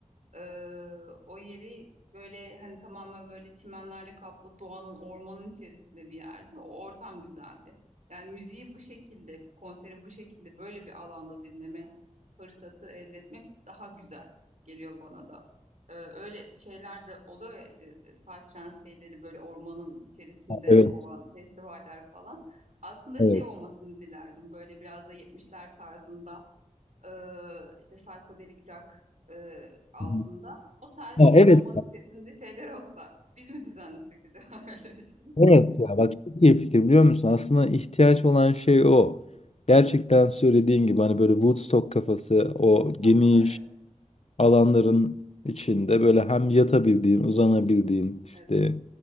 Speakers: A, on the right (about 70°); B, on the left (about 55°).
A: ee, o yeri böyle hani tamamen böyle çimenlerle kaplı doğanın ormanın içerisinde bir yerde. O ortam güzeldi. Yani müziği bu şekilde, konseri bu şekilde böyle bir alanda dinleme fırsatı elde etmek daha güzel geliyor bana da. Ee, öyle şeyler de oluyor ya işte e, psytrance şeyleri böyle ormanın içerisinde
B: Evet,
A: olan festivaller falan. Aslında
B: evet.
A: şey olmasını dilerdim böyle biraz da 70'ler tarzında e, işte psikodelik rock e, altında.
B: Hı hı.
A: O tarz
B: Ya
A: böyle
B: evet.
A: ormanın içerisinde şeyler olsa biz mi düzenlesek acaba <laughs> öyle bir şey?
B: Evet ya bak çok iyi fikir biliyor musun? Aslında ihtiyaç olan şey o. Gerçekten söylediğin gibi hani böyle Woodstock kafası o
A: Tam
B: geniş
A: olarak.
B: alanların içinde böyle hem yatabildiğin, uzanabildiğin, işte
A: Evet.